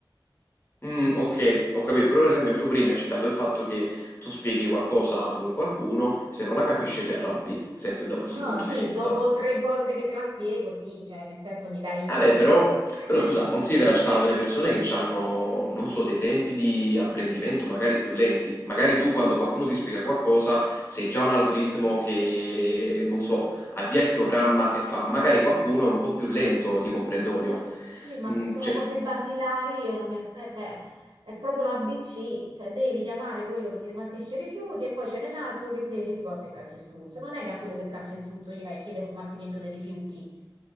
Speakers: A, on the left; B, on the right.
A: Mhmm,
B: <laughs>
A: okay, s ho capito, però per esempio tu prima hai citato il fatto che tu spieghi qualcosa ad un qualcuno, se non la capisce ti arrabbi, per esempio da questo
B: No,
A: punto
B: sì,
A: di vista
B: dopo tre volte che te la spiego, sì, cioè, nel senso mi dai...
A: Eh beh,
B: cioè,
A: però,
B: <laughs>
A: però scusa, considera ci sono delle persone che hanno, non so, dei tempi di apprendimento magari più lenti. Magari tu quando qualcuno ti spiega qualcosa sei già un algoritmo che, non so, avvia il programma e fa. Magari qualcuno è un po' più lento di comprendonio.
B: Sì, ma
A: Mm,
B: se sono
A: cioè,
B: cose basilari io non mi aspetto, cioè è proprio l'ABC, cioè devi chiamare quello che ti smaltisce i rifiuti e poi c'è un altro che invece ti porta il calcestruzzo. Non è che a quello del calcestruzzo gli vai a chiedere lo smaltimento dei rifiuti.